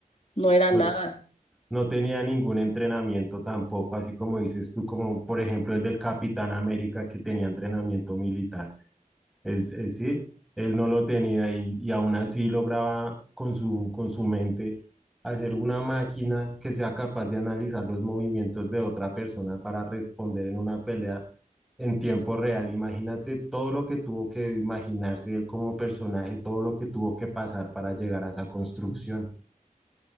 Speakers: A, on the left (about 50°); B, in the centre.
A: no era
B: No,
A: nada.
B: no tenía ningún entrenamiento tampoco, así como dices tú, como por ejemplo el del Capitán América que tenía entrenamiento militar. Es, es sí él no lo tenía y, y aún así lograba con su, con su mente hacer una máquina que sea capaz de analizar los movimientos de otra persona para responder en una pelea en tiempo real. Imagínate todo lo que tuvo que imaginarse él como personaje, todo lo que tuvo que pasar para llegar a esa construcción.